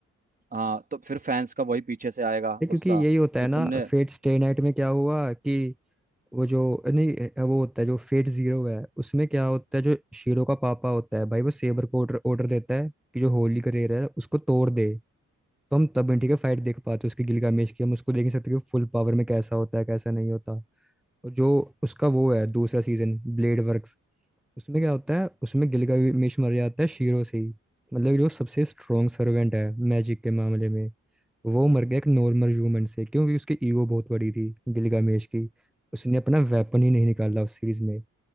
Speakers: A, on the right; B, in the centre.
A: हाँ तो फिर फैंस का वही पीछे से आएगा
B: ये क्योंकि
A: गुस्सा
B: यही होता
A: कि
B: है
A: तुमने
B: ना फेट स्टे नाइट में क्या हुआ कि वो जो नहीं अ, वो होता है जो फेट जीरो है उसमें क्या होता है जो शीरो का पापा होता है भाई वो सेबर को ऑर्डर ऑर्डर देता है कि जो होली का रेयर है उसको तोड़ दे तो हम तब इंडी का फाइट देख पाते हैं उसकी गिलगामेश की हम उसको देख नहीं सकते कि फुल पावर में कैसा होता है कैसा नहीं होता और जो उसका वो है दूसरा सीजन ब्लेड वर्क्स उसमें क्या होता है उसमें गिलगामेश मर जाता है शीरो से ही मतलब जो सबसे स्ट्रॉन्ग सर्वेंट है मैजिक के मामले में वो मर गया एक नॉर्मल ह्यूमन से क्योंकि उसकी ईगो बहुत बड़ी थी गिलगामेश की उसने अपना वेपन ही नहीं निकाला उस सीरीज में